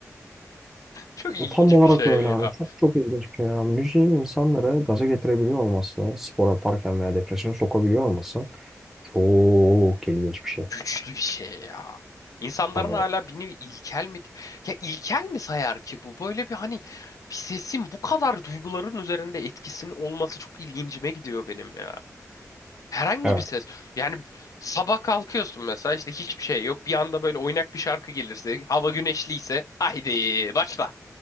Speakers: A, on the left (about 80°); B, in the centre.
A: Çok ilginç
B: E, Tam olarak
A: bir şey
B: öyle
A: ya.
B: abi. Çok çok ilginç bir şey ya. Müziğin insanları gaza getirebiliyor olması, spor yaparken veya depresyona sokabiliyor olması çok ilginç bir şey.
A: Güçlü bir şey ya. İnsanların
B: Hani
A: hala beni ilkel mi ya ilkel mi sayar ki bu? Böyle bir hani bir sesin bu kadar duyguların üzerinde etkisinin olması çok ilgincime gidiyor benim ya. Herhangi
B: evet.
A: bir ses. Yani sabah kalkıyorsun mesela işte hiçbir şey yok. Bir anda böyle oynak bir şarkı gelirse, hava güneşliyse haydi başla.